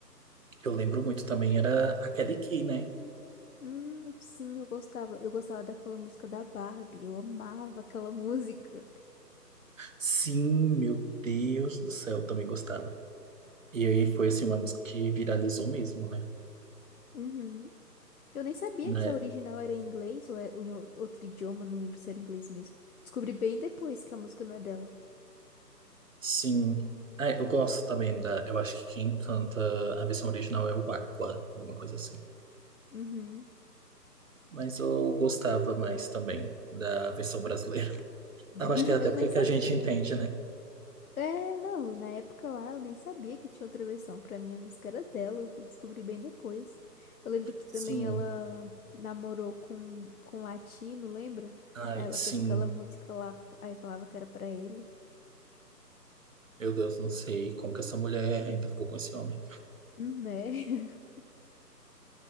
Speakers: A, on the right; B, on the left.
A: que eu lembro muito também era a Kelly Key, né?
B: Hum, sim, eu gostava. Eu gostava daquela música da Barbie. Eu amava aquela <laughs> música.
A: Sim, meu Deus do céu, eu também gostava. E aí foi assim uma música que viralizou mesmo, né?
B: Uhum. Eu nem sabia
A: Né?
B: que a original era em inglês ou é ou em o- outro idioma, não lembro se era inglês mesmo. Descobri bem depois que a música não é dela.
A: Sim. É, eu gosto também da. Eu acho que quem canta a versão original é o Aqua, alguma coisa assim.
B: Uhum.
A: Mas eu gostava mais também da versão brasileira. <laughs>
B: <laughs>
A: Eu acho que é até
B: Eu
A: porque
B: nem
A: que
B: sabia.
A: a gente entende, né?
B: É, não, na época lá eu nem sabia que tinha outra versão. Pra mim a música era dela, eu fui descobrir bem depois. Eu lembro que
A: Sim.
B: também ela namorou com, com um latino, lembra?
A: Ai,
B: Aí ela
A: sim.
B: fez aquela música lá, aí falava que era pra ele.
A: Meu Deus, não sei como que essa mulher ainda ficou com esse homem.
B: Né? <laughs>